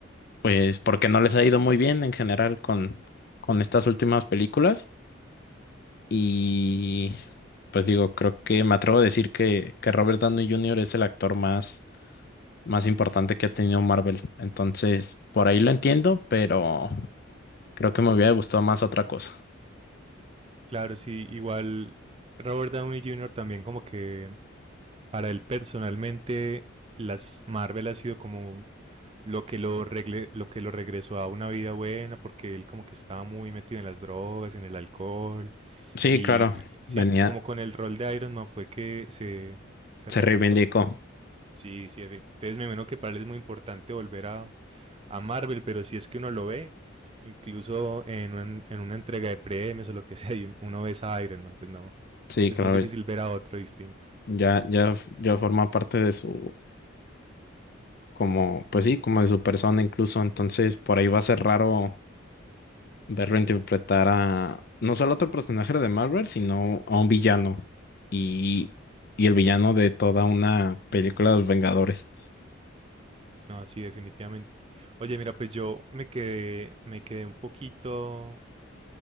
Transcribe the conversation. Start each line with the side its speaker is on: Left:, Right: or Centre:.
Left: pues porque no les ha ido muy bien en general con, con estas últimas películas. Y pues digo, creo que me atrevo a decir que, que Robert Downey Jr. es el actor más, más importante que ha tenido Marvel. Entonces, por ahí lo entiendo, pero creo que me hubiera gustado más otra cosa.
Right: Claro, sí, igual Robert Downey Jr. también como que para él personalmente las Marvel ha sido como lo que lo, regle, lo que lo regresó a una vida buena porque él como que estaba muy metido en las drogas, en el alcohol
Left: Sí,
Right: y,
Left: claro,
Right: y cierto,
Left: venía,
Right: como con el rol de Iron Man fue que se, se
Left: se
Right: reajustó.
Left: reivindicó.
Right: Sí, sí, efe- entonces me imagino que para él es muy importante volver a, a Marvel, pero si es que uno lo ve, incluso en, un- en una entrega de premios o lo que <laughs> sea, y un- uno ve a Iron Man, pues no,
Left: Sí,
Right: es
Left: claro,
Right: muy difícil ver a otro distinto.
Left: ya, ya, f- ya forma parte de su, como, pues sí, como de su persona incluso. Entonces, por ahí va a ser raro verlo interpretar a no solo a otro personaje de Marvel, sino a un villano y, y el villano de toda una película de los Vengadores.
Right: No, sí, definitivamente. Oye, mira, pues yo me quedé, me quedé un poquito